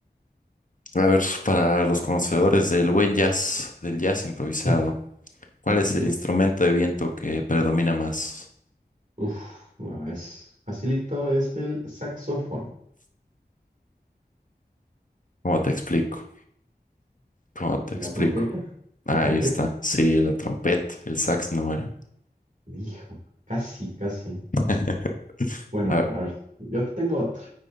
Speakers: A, on the left; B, on the right.
A: A ver, para los conocedores del buen jazz, del jazz improvisado,
B: <laughs>
A: ¿cuál
B: Ok.
A: es el instrumento de viento que predomina más?
B: Uf, no, es facilito, es el saxofón.
A: ¿Cómo te explico? ¿Cómo te explico?
B: La trompeta,
A: Ahí
B: la trompeta.
A: está. Sí, la trompeta, el sax no, ¿eh?
B: Hijo, casi, casi.
A: <laughs>
B: Bueno,
A: Ah,
B: a ver, yo te tengo otra,